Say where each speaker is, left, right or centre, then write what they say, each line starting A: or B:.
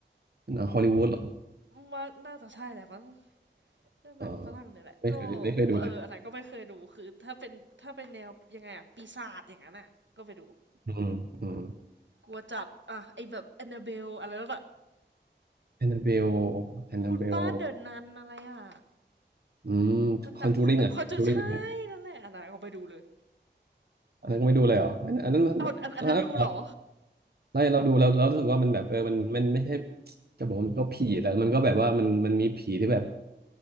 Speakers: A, on the right (about 60°); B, on the right (about 80°).
A: หนังฮอลลีวูดเหรอ
B: มันน่าจะใช่แหละมั้ง ก็หนังฝรั่งเนี่ยแหละก็
A: เออไม่เคยไม่เคยดูเลย
B: เอออันไหนก็ไม่เคยดูคือถ้าเป็นถ้าเป็นแนวยังไงอะปีศาจอย่างนั้นอะก็ไปดู
A: อืมอืม
B: กลัวจัดอะไอแบบแอนนาเบลอะไรนั่นอะ
A: แอนนาเบลแอนนาเบล
B: คุณป้าเดินนันอะไรอะ
A: อืมคอนจูริงอ่ะคอนจูริงดูปะ
B: มันดังคอนจุดใช่นั่นแหละอันไหนก็ไปดูเลย
A: อันนั้นก็ไม่ดูเลยเหรออันอันนั้นมันมันถ้าเรา
B: เอาอันอันนั้นดูเหรอ
A: เราดูเราเรารู้สึกว่ามันแบบเออมันมันไม่ใช่จะบอกว่ามันก็ผีแต่มันก็แบบว่ามันมันมีผีที่แบบ